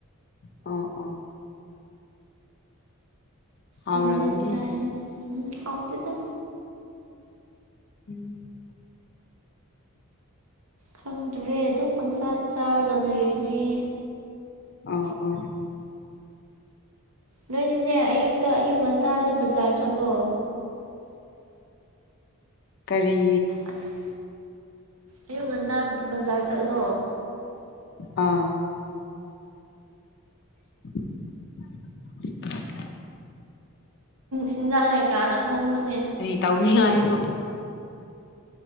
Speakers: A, on the left (about 50°); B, on the right (about 80°).
A: ꯑꯣ ꯑꯣ ꯍꯥꯎꯔꯝꯅꯤ
B: ꯌꯦꯗꯦꯝ ꯆꯥꯏ ꯎꯝ ꯍꯥꯎꯇꯦꯗ
A: ꯎꯝ
B: ꯈꯪꯗ꯭ꯔꯦ ꯑꯗꯨꯝ ꯄꯪꯆꯥ ꯆꯥꯔꯒ ꯂꯩꯔꯤꯅꯤ
A: ꯑꯣ ꯑꯣ
B: ꯅꯣꯏꯅꯦꯅꯦ ꯑꯌꯨꯛꯇ ꯑꯌꯨꯛ ꯉꯟꯇꯥꯗ ꯕꯖꯥꯔ ꯆꯠꯂꯣ
A: ꯀꯔꯤ
B: ꯑꯁ ꯑꯌꯨꯛ ꯉꯟꯇꯥ ꯕꯖꯥꯔ ꯆꯠꯂꯣ
A: ꯑꯥ <inaudible>
B: ꯆꯤꯟꯖꯥꯡꯉꯩꯀꯥ ꯍꯣꯡꯕꯅꯦ
A: ꯇꯥꯎꯅꯤ ꯍꯥꯏꯔꯣ